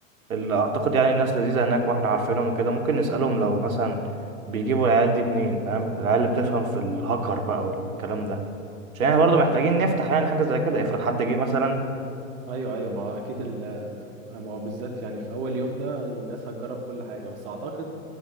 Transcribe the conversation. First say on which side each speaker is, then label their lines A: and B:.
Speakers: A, on the right (about 80°); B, on the right (about 45°).
A: اللي اعتقد يعني الناس لذيذة هناك واحنا عارفينهم وكده ممكن نسألهم لو مثلا بيجيبوا العيال دي منين فاهم العيال اللي بتفهم في الهاكر بقى والكلام ده عشان احنا برضه محتاجين نفتح يعني حاجة زي كده افرض حد جه مثلا
B: ايوه ايوه ما هو اكيد ال- ما هو بالذات يعني في اول يوم ده الناس هتجرب كل حاجة بس اعتقد